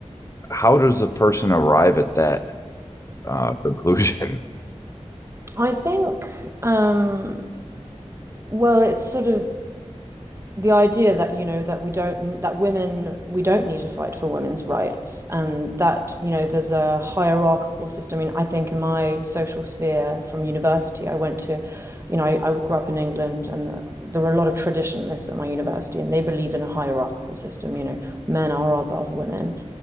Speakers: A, on the left; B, on the right.
A: how does a person arrive at that uh, conclusion?
B: I think, um, well, it's sort of the idea that, you know, that we don't, that women, we don't need to fight for women's rights, and that, you know, there's a hierarchical system. I mean, I think in my social sphere from university, I went to, you know, I, I grew up in England, and there were a lot of traditionalists at my university, and they believe in a hierarchical system. You know, men are above women,